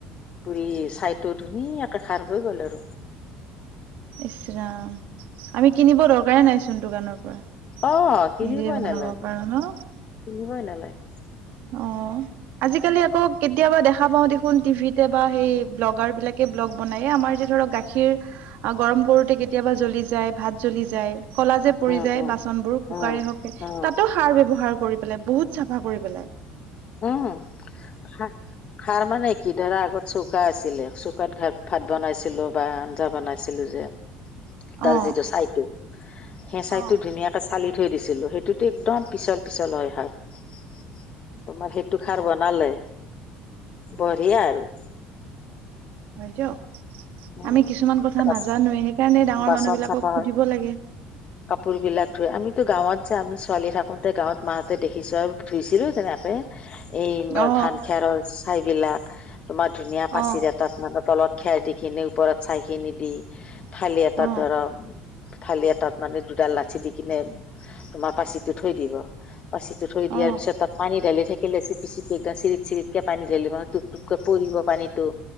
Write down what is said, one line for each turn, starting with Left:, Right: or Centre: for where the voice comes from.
Left: পুৰি চাইটো ধুনীয়াকে খাৰ হৈ গ'ল আৰু।
Right: ইচ ৰাম আমি কিনিব দৰকাৰে নাইচোন দোকানৰ পৰা।
Left: অ, কিনিবই
Right: নিজে বনাব
Left: নালাগিব,
Right: পাৰো ন
Left: কিনিবই নালাগে।
Right: অ আজিকালি আকৌ কেতিয়াবা দেখা পাওঁ, দেখোন টিভিতে বা সেই ব্লগাৰ বিলাকে, ব্লগ বনাই, এই আমাৰ যে ধৰক, গাখীৰ গৰম কৰোতে কেতিয়াবা জ্বলি যায়, ভাত জ্বলি যায়। ক'লা যে পৰি
Left: উম,
Right: যায়
Left: উম,
Right: বাচনবোৰ, কুকাৰে
Left: উম,
Right: হওক
Left: উম,
Right: তাতো খাৰ ব্যৱহাৰ কৰি পেলাই, বহুত চ
Left: উম, খা-খাৰ মানে কি ধৰা আগতৱ্য চৌকা আছিলে, চৌকাত ঘ ভাত বনাইছিলো বা আঞ্জা বনাইছিলো যে
Right: অ
Left: তাৰ যিটো ছাইটো, সেই
Right: অ
Left: ছাইটো ধুনীয়াকে চালি থৈ দিছিলো, সেইটোতে একদম পিছল- পিছল হয় হাত। তোমাৰ সেইটো খাৰ বনালে, বঢ়িয়া আৰু
Right: বাইদউ
Left: উম,
Right: আমি কিছুমান কথা
Left: বাচ
Right: নাজানোৱে, সেইকাৰণে ডাঙৰ
Left: বাচন
Right: মানুহ বিলাকক
Left: চাফা
Right: সুধিব
Left: হয়।
Right: লাগে।
Left: কাপোৰ বিলাক ধুই আমি কিন্তু গাঁৱত যে আমি ছোৱালী থাকোতে গাঁৱত মাহঁতে দেখিছো আৰু ধুইছিলো তেনেকে এই
Right: অ
Left: ধান খেৰৰ ছাইবিলাক তোমাৰ ধুনীয়া
Right: অ
Left: পাচি এটাত মানে তলত খেৰ দি খিনি ওপৰত চাই খিনি দি থালি এটাত
Right: অ
Left: ধৰ থালি এটাত মানে দুডাল লাচি দি কিনে তোমাৰ পাচিটো থৈ দিব পাচিটো থৈ
Right: অ
Left: দিয়াৰ পিছত তাত পানী দালি থাকিলে চিপি চিপি একদম চিৰিত চিৰিতকে পানী দিলে মানে টোপ টোপকে পৰিব পানীতটো